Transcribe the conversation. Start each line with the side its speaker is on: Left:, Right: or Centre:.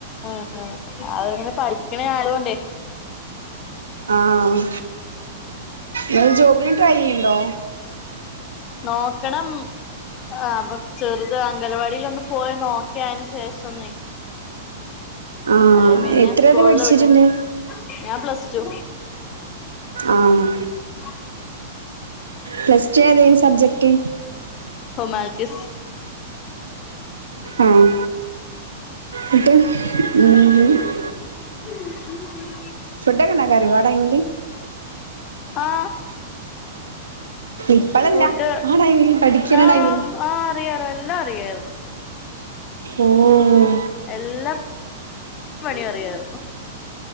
Left: ഉം അവരങ്ങന പഠിക്കണ ആയോണ്ടേ
Right: ആഹ് ന് ജോബിന് ട്രൈ ചെയ്യണുണ്ടോ
Left: നോക്കണം ആഹ് അപ്പം ചെറുത് അംഗനവാടീലൊന്ന് പോയി നോക്കിയ അയിന് ശേഷം നി
Right: ആഹ്
Left: അല്ലേ പിന്നെ
Right: എത്ര
Left: സ്കൂളില്
Right: വരെ പഠിച്ചിട്ടുണ്ട്
Left: വിട്ട്ന് ഞാൻ പ്ലസ് ടു
Right: ആഹ്
Left: <inaudible>
Right: പ്ലസ് ടു ഏതായിരുന്നു സബ്ജക്റ്റ്
Left: ഹ്യുമാനിറ്റീസ്
Right: ആഹ് നിട്ട് ഉം
Left: <inaudible>
Right: ക്ക ഒണ്ടാക്കാനറിയോ വാടായെങ്കി
Left: ആഹ്
Right: ഇപ്പളല്ല
Left: ഫുഡ്
Right: ആ ടൈമില് പഠിക്ക്ണ
Left: ആഹ്
Right: ടൈമില്
Left: ആഹ് അറിയാലോ എല്ലാം അറിയായിരുന്നു
Right: ഓഹ്
Left: എല്ലാം പണി അറിയായിരുന്നു